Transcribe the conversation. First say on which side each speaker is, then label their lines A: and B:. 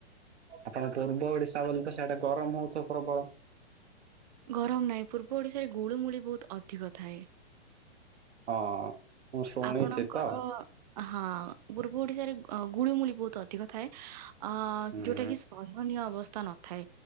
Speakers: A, on the right; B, on the right.
A: ଆପଣ ପୂର୍ବ ଓଡିଶା ବୋଲି ତ ସେଇଟା ଗରମ ହଉଥିବ ପ୍ରବଳ।
B: ଗରମ ନାହିଁ ପୂର୍ବ ଓଡିଶାରେ ଗୁଳୁମୁଳି ବହୁତ ଅଧିକ ଥାଏ।
A: ହଁ ମୁଁ ଶୁଣିଛି
B: ଆପଣଙ୍କର
A: ତ।
B: ହଁ ପୂର୍ବ ଓଡିଶାରେ ଗୁଳିମୁଳି ବହୁତ ଅଧିକ ଥାଏ। ଅ
A: ହୁଁ
B: ଯୋଉଟା କିି ସୟନୀୟ ଅବସ୍ଥା ନଥାଏ।